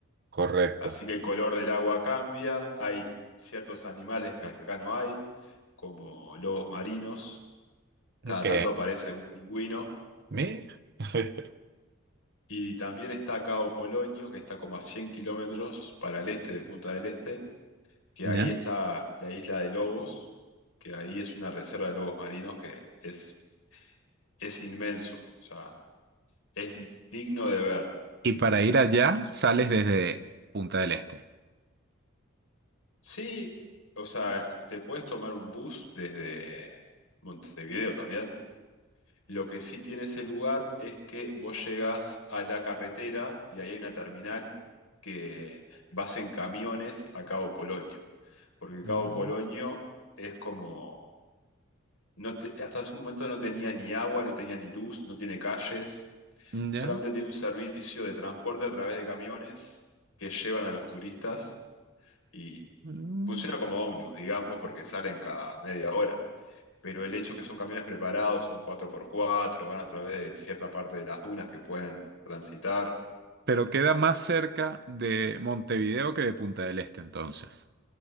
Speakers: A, on the right; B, on the left.
A: correcto.
B: Así que el color del agua cambia, hay ciertos animales que acá no hay, como lobos marinos, cada
A: Ok,
B: tanto aparece algún pingüino,
A: mira. <laughs>
B: y también está Cabo Polonio, que está como a 100 kilómetros para el este de Punta del Este, que
A: Ya.
B: ahí está la isla de lobos, que ahí es una reserva de lobos marinos que es, es inmenso, o sea, es digno de ver.
A: Y para ir allá sales desde Punta del Este.
B: Sí, o sea, te puedes tomar un bus desde Montevideo también Lo que sí tiene ese lugar es que vos llegás a la carretera y ahí hay una terminal que vas en camiones a Cabo Polonio, porque Cabo
A: Mm,
B: Polonio es como, no te- hasta hace un momento no tenía ni agua, no tenía ni luz, no tiene calles,
A: Ya.
B: solamente tiene un servicio de transporte a través de camiones que llevan a los turistas y
A: Mm.
B: funciona como ómnibus, digamos, porque salen cada media hora pero el hecho que son camiones preparados, son cuatro por cuatro van a través de cierta parte de las dunas que pueden transitar.
A: Pero queda más cerca de Montevideo que de Punta del Este entonces.